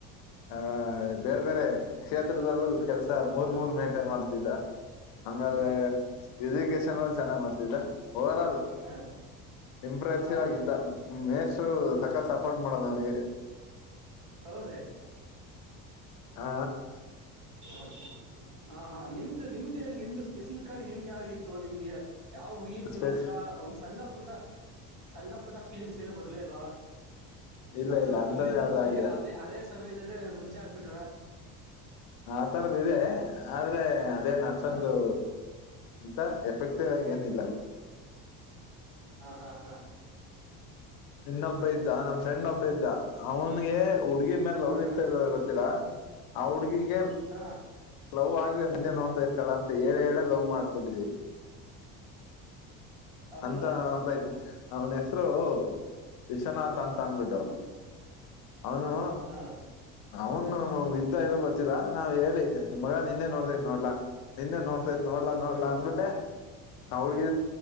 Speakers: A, on the left; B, on the right.
A: ಆ ಬೇರೆ ಬೇರೆ ಕ್ಷೇತ್ರದಲ್ಲೂ ಕೆಲ್ಸ ಮೂರ ಮೂರ ಮೇಂಟೈನ್ ಮಾಡ್ತಿದ್ದ ಆಮೇಲೆ
B: ಹ
A: ಎಜುಕೇಶನ್ ಅಲ್ಲ ಚೆನ್ನಾಗ್ ಮಾಡ್ತಿದ್ದ ಓವರ್ ಆಲ್
B: ಹ
A: ಇಂಪ್ರೆಸಿವ್
B: ಓವರ್ ಆಲ್
A: ಆಗಿದ್ದ ಮೇಸ್ಟ್ರು ಸಖತ್ ಸಪೋರ್ಟ್ ಮಾಡೋರು ಅವನಿಗೆ. <inaudible>
B: ಹೌದೇ
A: ಆ
B: ಹ ಹ ಹಾ ನಿಮ್ದು ನಿಮ್ದ ಹೇಳಿ ನಿಮ್ದು ಸ್ಪೆಸಿಫಿಕ್ ಆಗಿ ನಿಮ್ದ ಯಾವಾಗ್ಗಿತ್ತು ನಿಮ್ಗೆ. ಯಾವ ಹುಡುಗಿ ಮೇಲೂ
A: ಸ್ಪೆಸ್
B: ಅಂತ ಒಂದ್ ಸಣ್ಣ ಪುಟ್ಟ ಸಣ್ಣ ಪುಟ್ಟ ಫೀಲಿಂಗ್ಸ್ ಏನು ಬರ್ಲೆ ಇಲ್ವಾ?
A: ಇಲ್ಲ
B: ಅಥವಾ
A: ಇಲ್ಲ ಅಂತದ್
B: ಬಂದಿದ್ರುನು
A: ಯಾವ್ದು
B: ಅಲ್ಲೇ
A: ಆಗಿಲ್ಲ
B: ಅಲ್ಲೇ ಅದೇಸ್ ಸಮಯದಲ್ಲೇ ಮುಚ್ ಹಾಕ್ಬಿಟ್ರ.
A: ಆ ತರದ್ ಇದೆ ಆದ್ರೆ ಅ ಅದೇನ್ ಅಷ್ಟೊಂದು
B: ಹಾ
A: ಇಂತ ಎಫೆಕ್ಟಿವ್ ಅಗೇನ್ ಇಲ್ಲ
B: ಹಾ ಹಾ ಹಾ
A: ಇನ್ನೊಬ್ಬ ಇದ್ದ ನಮ್ ಫ್ರೆಂಡ್ ಒಬ್ಬ ಇದ್ದ ಅವನ್ಗೆ ಹುಡ್ಗಿ ಮೇಲೆ
B: ಹಾ
A: ಲವ್ ಇತ್ತೊ ಇಲ್ಲೋ ಗೊತ್ತಿಲ್ಲ ಆ ಹುಡ್ಗಿಗೆ
B: ಹಾ
A: ಲವ್ ಆಗ್ದೆ ನಿನ್ನೆ ನೋಡ್ತಾ ಇರ್ತಾಳ? ಹೇಳೆ ಹೇಳೆ ಲವ್ ಮಾಡ್ಸ್ ಬಿಟ್ಟಿದೀವಿ
B: ಹೌದಾ
A: ಅಂತ ಬಯ್ ಅವನ್ ಹೆಸರು ವಿಶ್ವನಾಥ ತನ್ಬಿಟ್ಟು
B: ಹ್ಮ್
A: ಅವ್ನು
B: ಹಾ
A: ಅವನು ಇದ್ದ ಇಲ್ಲ ಗೊತ್ತಿಲ್ಲ ನಾವ್ ಹೇಳಿ ಮಗ ನಿನ್ನೆ ನೋಡ್ತೈತ್ ನೋಡ್ಲಾ ನಿನ್ನೆ ನೋಡ್ ತೈತ್ ನೋಡ್ಲಾ ನೋಡ್ಲ
B: ಹಾ
A: ಅಂದ್ಬಿಟ್ಟೆ ಅವ್ಳ್ಗೆ